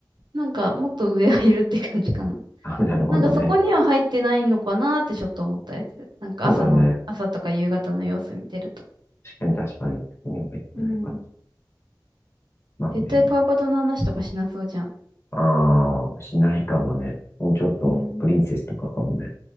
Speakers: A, on the right; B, on the left.
A: なんか、もっと上はいるって感じかな。
B: <laughs> あ、なるほどね。
A: なんかそこには入ってないのかなってちょっと思ったりする。なんか朝の、
B: そうだね。
A: 朝とか夕方の様子見てると。
B: 確かに確かに。手には入ってない感じ。
A: うん。
B: まあね。
A: 絶対パウパトの話とかしなそうじゃん。
B: ああ、しないかもね。もうちょっと、
A: うん。
B: プリンセスとかかもね。